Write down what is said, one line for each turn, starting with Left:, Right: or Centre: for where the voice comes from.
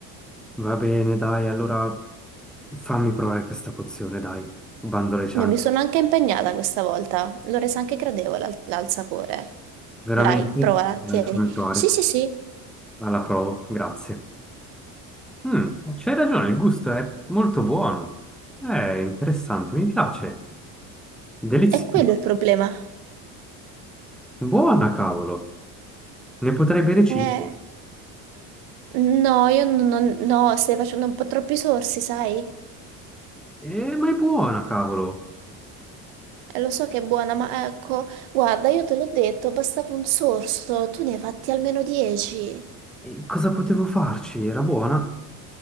Centre: Va bene, dai, allora fammi provare questa pozione, dai. Bando le ciance.
Right: Io mi sono anche impegnata questa volta, l'ho resa anche gradevole al, al sapore.
Centre: Veramente?
Right: Dai, provala,
Centre: Dai,
Right: tieni.
Centre: fammi provare.
Right: Sì, sì, sì,
Centre: Alla provo, grazie. Mm, c'hai ragione, il gusto è molto buono. È interessante, mi piace. Delizioso.
Right: è quello il problema.
Centre: Buona, cavolo. Ne potrei bere 5.
Right: Eh, no, io non, non- no, stai facendo un po' troppi sorsi, sai?
Centre: Eh, ma è buona, cavolo.
Right: Eh, lo so che è buona, ma ecco, guarda, io te l'ho detto, bastava un sorso, tu ne hai fatti almeno 10.
Centre: E cosa potevo farci? Era buona?